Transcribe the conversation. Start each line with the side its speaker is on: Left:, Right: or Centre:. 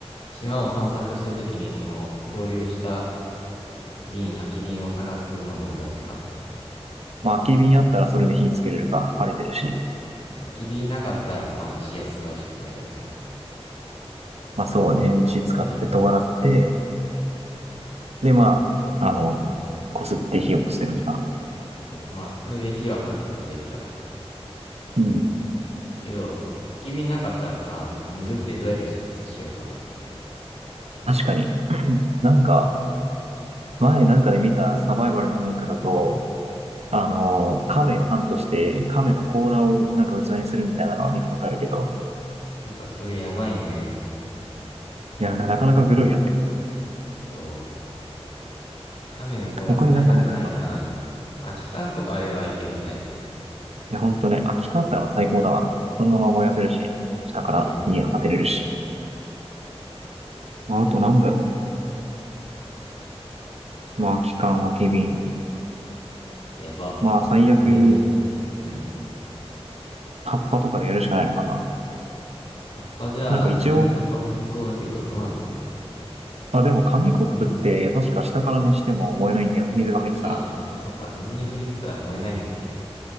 Left: 島を散策してるときにその漂流した瓶、空き瓶を探すのも大事かも。
Right: まあ、空き瓶あったらそれで火つけれるか。晴れてるし。
Left: そう空き瓶なかったらまあ石を使うしかないよね。
Right: まあそうね。石使って尖らせて、
Left: けど、
Right: で、まあ、
Left: そう、け
Right: あの、こすって火を擦こすって感じか。
Left: そう、まあそれで火は確保できたか。
Right: うん。
Left: まあけど、空き瓶なかったらさ、水ってどうやって煮沸しようかね。
Right: 確かに。なんか、前なんかで見たサバイバルのなんかだと、あの、亀をハントして、亀の甲羅をなんか器にするみたいなのは見たことあるけど、
Left: うわ、それやばいね。
Right: いや、なかなかグロいよね。
Left: そう。亀の甲羅使いたくないな。
Right: 他になんかないかな。
Left: 空き缶とかあればいいけどね。
Right: いや、ほんとね、空き缶あったら最高だわ。そのまま燃やせるし、下から火当てれるし。
Left: うん。
Right: まあ、あとなんだろう。まあ、空き缶、空き瓶。
Left: やば。
Right: まあ、
Left: もう全然ないじゃん。
Right: 最悪、
Left: うん。
Right: 葉っぱとかでやるしかないのかな。
Left: 葉っぱじゃあ、
Right: なんか一応、
Left: 先に葉っぱ燃えそうだけど、どうなんだろ
Right: あ、でも紙コップって確か下から熱しても燃えないんだよ。
Left: う。み、み、
Right: 水が入ってたら。
Left: あー、そっか、水に触れてたら燃えないんだっけ。